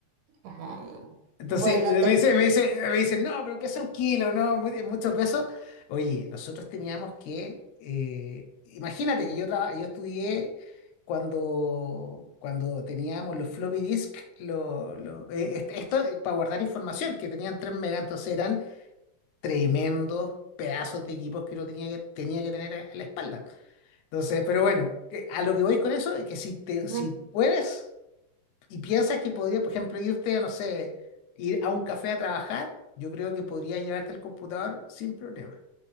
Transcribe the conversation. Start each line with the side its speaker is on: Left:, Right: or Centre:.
Right: ajá.
Left: Entonces
Right: Bueno,
Left: me
Right: te...
Left: me dice, me dice, me dicen, no, pero pesa un kilo, no, mu- es mucho peso. Oye, nosotros teníamos que, eh, imagínate que yo, traba- yo estudié cuando, cuando teníamos los floppy disk, lo, lo- eh, est- esto para guardar información, que tenían 3 megas, entonces eran tremendos pedazos de equipos que uno tenía que, tenía que tener a la espalda. Entonces, pero bueno, que- a lo que voy con eso es que si, te,
Right: ju-
Left: si puedes y piensas que podría, por ejemplo, irte, no sé, ir a un café a trabajar, yo creo que podrías llevarte el computador sin problema.